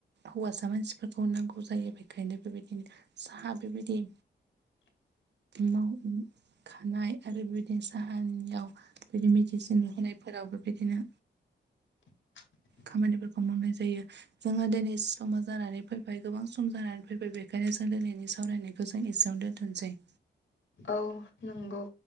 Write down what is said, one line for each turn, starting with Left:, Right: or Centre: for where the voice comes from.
Right: हौवासा मानसिफोरखौ नांगौ जायो बेखायनो बेबायदिनो साहा बेबायदि
Left: <inaudible>
Right: मावखानाय आरो बेबायदिनो साहानियाव बिदि मेडिसिन होनायफोरावबो बिदिनो
Left: <inaudible>
Right: खामानिफोरखौ मावनाय जायो। जोंहा दिनै समा जानानै फैबाय गोबां सम जानानै फैबाय बेखायनो जों दिनैनि सावरायनायखौ जों एसेयावनो दोनथनसै।
Left: औ नंगौ।